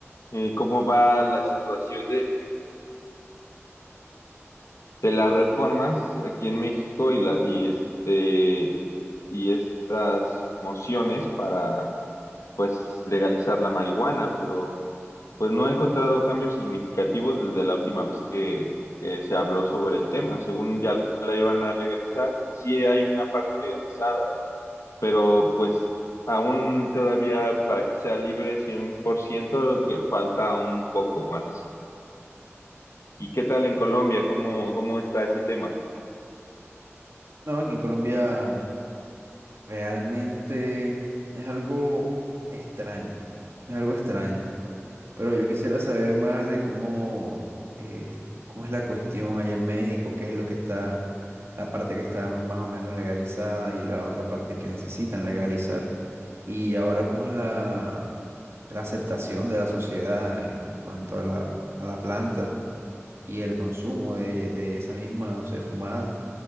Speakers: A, on the left (about 85°); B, on the right (about 60°).
A: eh, cómo va la situación de, de las reformas aquí en México y la, y este, y estas mociones para, pues, legalizar la marihuana, pero pues no he encontrado cambios significativos desde la última vez que, que se habló sobre el tema. Según ya la iban a legalizar y sí hay una parte legalizada pero pues aún todavía para que sea libre 100%, que falta un poco más. ¿Y qué tal en Colombia? ¿Cómo, cómo está ese tema?
B: No, aquí en Colombia realmente es algo extraño, es algo extraño. Pero yo quisiera saber más de cómo, eh, cómo es la cuestión allá en México, qué es lo que está, la parte que está más o menos legalizada y la otra parte que necesitan legalizar. Y ahora, cómo es la, la aceptación de la sociedad en cuanto a la, a la planta y el consumo de, de esa misma, no sé, fumada